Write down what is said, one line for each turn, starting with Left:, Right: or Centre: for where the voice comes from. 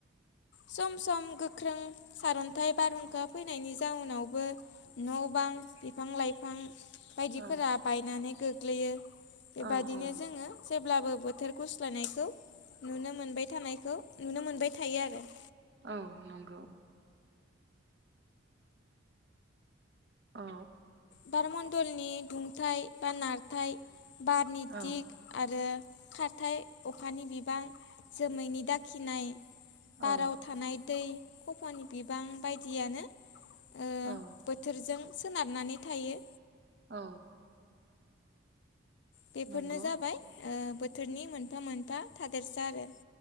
Left: सम सम गोख्रों सारअन्थाइ बारहुंखा फैनायनि जाउनावबो न' बां बिफां लाइफां बायदिफोरा
Right: औ
Left: बायनानै गोग्लैयो। बेबायदिनो
Right: औ औ
Left: जोङो जेब्लाबो बोथोर गुस्लायनायखौ नुनो मोनबाय थानायखौ नुनो मोनबाय थायो आरो।
Right: औ नंगौ। औ।
Left: बारमण्डलनि दुंथाय बा नारथाय बा नारथाय बारनि
Right: औ
Left: दिग आरो खारथायाइ अखानि बिबां जोमैनि दाखिनाय बाराव
Right: औ
Left: थानाय दै खफ'नि बिबां बायदियानो ओ
Right: औ।
Left: बोथोरजों सोनारनानै थायो।
Right: औ।
Left: बेफोरनो
Right: नंगौ
Left: जाबाय ओ बोथोरनि मोनफा मोनफा थादेरसा आरो।